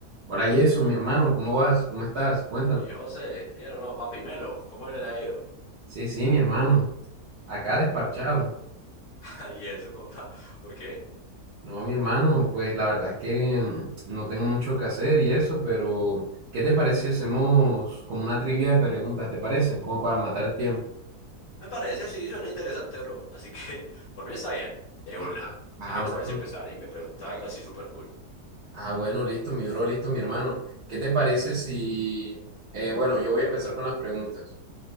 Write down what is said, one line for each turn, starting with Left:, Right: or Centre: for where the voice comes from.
Right: Hola Jason, mi hermano, ¿cómo vas? ¿Cómo estás? Cuéntame.
Left: Entonces mi hijo se, ya no, no, papi Melo, ¿cómo le ha ido?
Right: Sí, sí, mi hermano. Acá desparchado.
Left: Yo, <laughs> Y eso, compa, ¿por qué?
Right: No, mi hermano, pues la verdad es que mm, no tengo mucho que hacer y eso, pero ¿qué te parece si hacemos como una trivia de preguntas? ¿Te parecen? Como para matar el tiempo.
Left: Me parece, sí, suena interesante, bro. Así que, por mí está bien, de
Right: Ah,
Left: una.
Right: ah,
Left: Si quieres
Right: bueno.
Left: puedes empezar y me pregunta algo así súper cool.
Right: Ah, bueno, listo, mi bro, listo, mi hermano. ¿Qué te parece si... eh, bueno, yo voy a empezar con las preguntas.